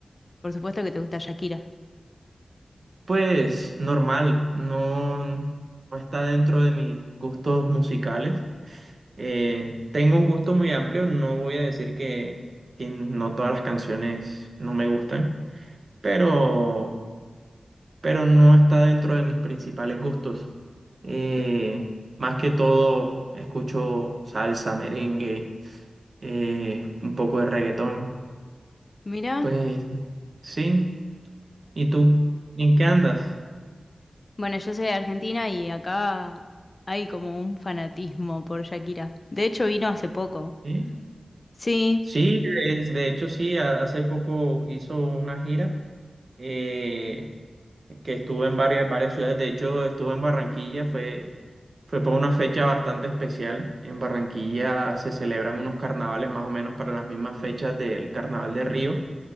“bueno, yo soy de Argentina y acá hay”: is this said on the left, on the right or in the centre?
Left